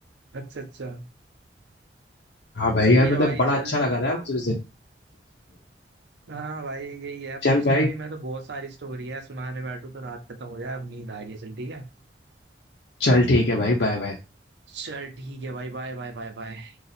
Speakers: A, on the right (about 80°); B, on the left (about 70°).
A: अच्छा अच्छा
B: हाँ भाई
A: सही
B: यार
A: है
B: मतलब
A: भाई
B: बड़ा
A: चल
B: अच्छा लगा था यार मुझे उस दिन
A: हाँ भाई यही है अपनी
B: चल
A: स्टोरी
B: भाई
A: में तो बहुत सारी स्टोरी है सुनाने बैठू तो रात खत्म हो जाए अब नींद आ रही है चल ठीक है
B: चल ठीक है भाई बाय बाय
A: चल ठीक है भाई बाय बाय बाय बाय